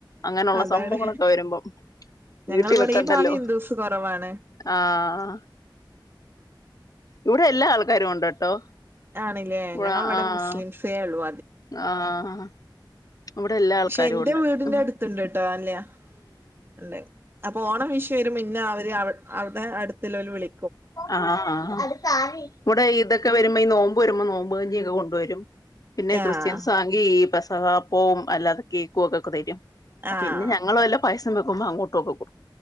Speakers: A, on the left (about 45°); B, on the right (about 30°).
A: അങ്ങനെ ഒള്ള
B: അതാണ്
A: സംഭവങ്ങളൊക്കെ വെരുമ്പം
B: ഞങ്ങളിവിടെ
A: വീട്ടി വെക്കണ്ടല്ലോ
B: ഈ ഭാഗം ഹിന്ദൂസ് കുറവാണ്
A: ആഹ് ഇവിടെ എല്ലാ ആൾക്കാരും ഉണ്ട്ട്ടോ
B: ആണില്ലേ
A: ഇവ
B: ഞങ്ങളിവിടെ
A: ആഹ്
B: മുസ്ലിംസേ ഉള്ളൂ
A: ആഹ് ഇവിടെ എല്ലാ ആൾക്കാരും
B: ക്ഷേ ഇന്റെ
A: ഉണ്ട്
B: വീട്ന്റെ
A: ഉം
B: അട് ത്ത്ണ്ട്ട്ടോ <unintelligible> അപ്പൊ ഓണം വിഷു വെരുമ്പോ ഇന്നെ അവര് അവ അവ്ടെ അട്ത്ത്ല്ലോൽ വിളി
A: ആഹ് ഇവ്ടെ ഇതൊക്കെ വെരുമ്പോ ഈ നോ മ്പ് വെരുമ്പോ നോമ്പ് കഞ്ഞിയൊക്കെ കൊണ്ടുവരും പിന്നെ ക്രിസ്ത്യസാണെങ്കി
B: ആഹ്
A: പെസവാ പോവും അല്ലാതെ കേക്കും അതൊക്കെ തരും
B: ആഹ്
A: പിന്നെ ഞങ്ങള് വല്ല പായസം വെക്കുമ്പോ അങ്ങോട്ടു ഒക്കെ കൊട്